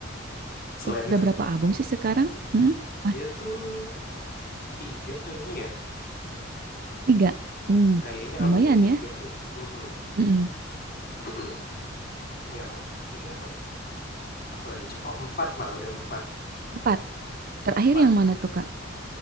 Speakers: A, on the left; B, on the right.
A: Selain
B: Udah
A: itu,
B: berapa album sih sekarang? Mm-mm. Ah,
A: dia tuh 3 kayaknya ya?
B: tiga. Hmm,
A: Kayaknya
B: lumayan
A: albumnya 3
B: ya.
A: deh, mhm.
B: Mm-mm.
A: <clears throat> Yang 3 atau aku lagi cek, oh empat malah udah 4
B: Empat. Terakhir
A: 4
B: yang mana tuh, Kak?